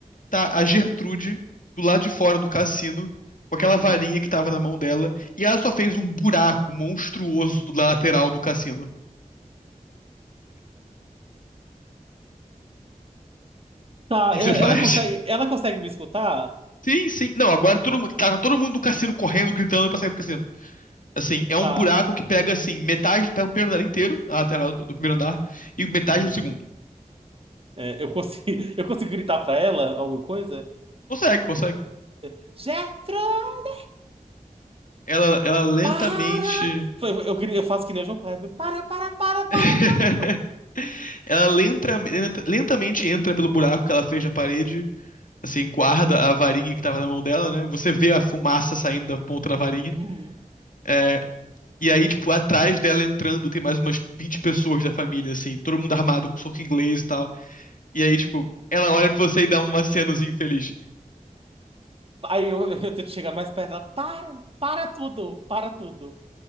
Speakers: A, on the left (about 70°); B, on the right (about 40°).
A: tá a Gertrude do lado de fora do cassino, com
B: Uhum.
A: aquela varinha que tava na mão dela, e ela só fez um buraco monstruoso na lateral do cassino. O
B: Tá,
A: que que
B: e-
A: você faz?
B: ela consegue, ela consegue me escutar?
A: <laughs> Sim, sim. Não, agora todo mundo, tá todo mundo do cassino correndo, gritando pra sair do cassino. Assim, é um
B: Tá.
A: buraco que pega, assim, metade, pega o primeiro andar inteiro, a lateral do, do primeiro andar, e metade
B: Uhum.
A: do segundo.
B: É, eu consigo, <laughs> eu consigo gritar para ela alguma coisa?
A: Consegue, consegue.
B: É, Gertrude,
A: Ela, ela lentamente.
B: para! Foi- Eu, eu faço que nem o João Kleber. Para, para, para, para,
A: <laughs>
B: para.
A: Ela lenta, lenta- lentamente entra pelo buraco que ela fez na parede assim, guarda a varinha que tava na mão dela, né? Você vê a fumaça saindo da ponta da varinha.
B: Uhum.
A: É, e aí, tipo, atrás dela entrando tem mais umas 20 pessoas da família, assim, todo mundo armado com soco inglês e tal. E aí, tipo, ela olha pra você e dá uma cenozinha infeliz.
B: Aí eu, <laughs> eu tento chegar mais perto dela. Para, para tudo, para tudo.